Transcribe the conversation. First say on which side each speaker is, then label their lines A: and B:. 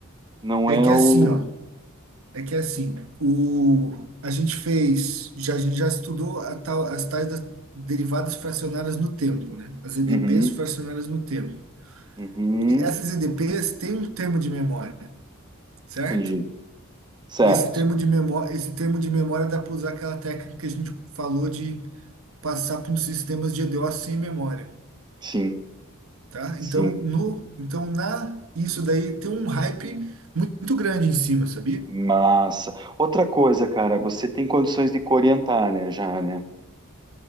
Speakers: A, on the right; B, on the right.
A: não
B: É
A: é
B: que
A: o.
B: é assim, ó. É que é assim, o, a gente fez, já, a gente já estudou a tal, as tais das derivadas fracionárias no tempo, né? As EDPs
A: Uhum.
B: fracionárias no tempo.
A: Uhum,
B: E essas EDPs têm um termo de memória, certo?
A: entendi. Certo.
B: E esse termo de memória, esse termo de memória dá para usar aquela técnica que a gente falou de passar por sistemas de EDO sem memória.
A: Sim,
B: tá?
A: sim.
B: Então, no, então na isso daí tem um hype muito grande em cima, sabia?
A: Massa. Outra coisa, cara, você tem condições de orientar, né, já, né?